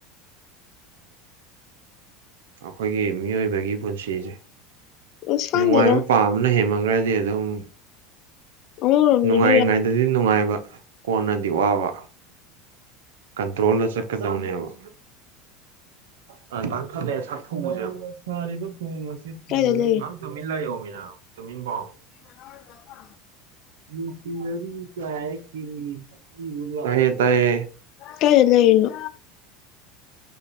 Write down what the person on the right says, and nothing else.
ꯎ ꯑꯩꯈꯣꯏꯒꯤ ꯃꯤꯑꯣꯏꯕꯒꯤ ꯄꯨꯟꯁꯤꯁꯦ
ꯅꯨꯡꯉꯥꯏꯕ ꯄꯥꯕꯅ ꯍꯦꯟꯃꯝꯈ꯭ꯔꯗꯤ ꯑꯗꯨ ꯑꯗꯨꯝ
ꯅꯨꯡꯉꯥꯏꯔꯤꯉꯩꯗꯗꯤ
ꯅꯨꯡꯉꯥꯏꯕ ꯀꯣꯟꯅꯗꯤ ꯋꯥꯕ ꯀꯟꯇ꯭ꯔꯣꯜꯗ ꯆꯠꯀꯗꯧꯅꯦꯕ ꯊ ꯁꯥꯔꯤꯕ ꯊꯣꯡ ꯑꯁꯤ
ꯇꯨꯃꯤꯟ ꯂꯩꯌꯣ ꯃꯤꯅ ꯇꯨꯃꯤꯟ ꯄꯥꯎ
ꯃꯁꯤꯅꯔꯤ ꯀ ꯃꯤꯥꯏ